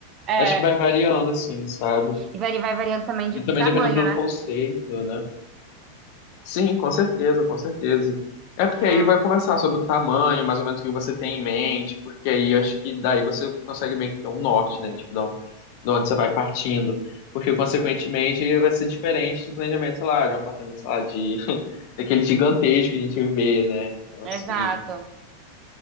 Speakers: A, on the right (about 35°); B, on the left (about 45°).
A: É,
B: acho que vai variando, assim, sabe?
A: e vari- vai variando também de
B: E também
A: tamanho,
B: dependendo do
A: né?
B: conceito, né? Sim, com certeza, com certeza. É porque
A: Ah,
B: aí vai conversar sobre o tamanho, mais ou menos o que você tem em mente, porque aí acho que daí você consegue meio que ter um norte, né? Tipo, de onde de onde você vai partindo. Porque, consequentemente, ele vai ser diferente de planejamento, sei lá, de um apartamento, sei lá, de <laughs> daquele gigantesco que a gente vê, né? Então,
A: exato.
B: assim,